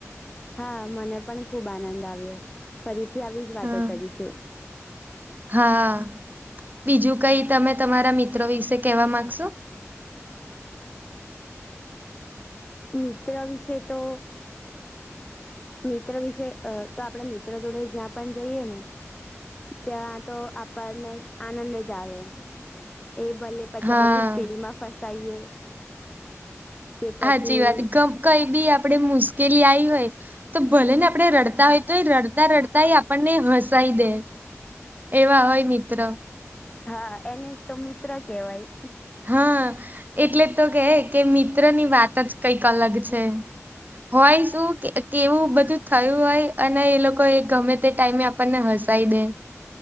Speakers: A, on the left; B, on the right.
A: હા, મને પણ ખુબ આનંદ આવ્યો. ફરીથી આવી જ વાતો
B: હા
A: કરીશું.
B: હા, બીજું કઈ તમે તમારા મિત્રો વિશે કેવા માંગશો?
A: મિત્ર વિશે તો મિત્ર વિશે અહ તો આપડે મિત્ર જોડે જ્યાં પણ જઈએ ને ત્યાં તો આપણને આનંદ જ આવે એ ભલે પછી
B: હા
A: આપડે મુશ્કેલીમાં ફસાઈએ કે પછી
B: હાચી વાત ગપ કઈ બી આપડે મુશ્કેલી આઈ હોય તો ભલે ને આપડે રડતા હોય તો એ રડતા રડતા એ આપણને હસાઈ દે. એવા હોય મિત્ર.
A: હા, એને તો મિત્ર કેવાય.
B: હા, એટલે તો કે કે મિત્ર ની વાત જ કઈક અલગ છે. હોય શું કે કેવું બધું થયું હોય અને એ લોકો એ ગમે તે ટાઈમે પને હસાઈ દે